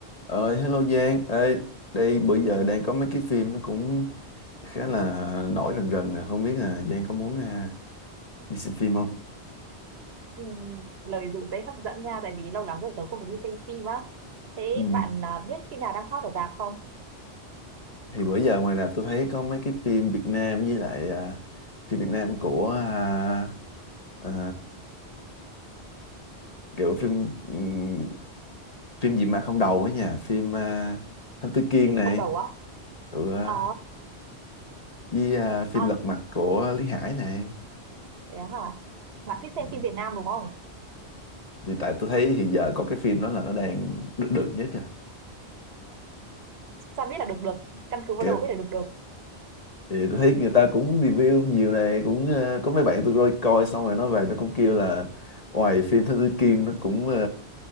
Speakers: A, on the left (about 35°); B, on the right (about 70°).
A: Ờ, hello Giang, Ê, đây bữa giờ đang có mấy cái phim nó cũng khá là nổi rần rần, à. không biết là Giang có muốn à, đi xem phim không?
B: Ừ, lời dù tế hấp dẫn nha tại vì lâu lắm rồi tớ không có đi xem phim á thế
A: Ừ.
B: bạn à, biết phim nào đang hot ở rạp không
A: Thì bữa giờ ngoài rạp tôi thấy có mấy cái phim Việt Nam với lại à, phim Việt Nam của à, à, kiểu phim ừm, phim gì mà không đầu ấy nha, phim à, Thám Tử Kiên
B: phim
A: này,
B: không đầu á
A: ừ, à,
B: ờ
A: với à, phim
B: à,
A: Lật Mặt của Lý Hải này.
B: thế hả bạn thích xem
A: Ừ.
B: phim Việt Nam đúng không
A: Thì tại tôi thấy hiện giờ có cái phim đó là nó đang được, được nhất
B: sao biết là được được căn cứ vào
A: rồi
B: đầu biết là được được
A: thì tôi thấy người ta cũng review nhiều này cũng ờ, có mấy bạn tôi coi coi xong rồi nó về nó cũng kêu là ngoài phim Thám Tử Kiên nó cũng ờ,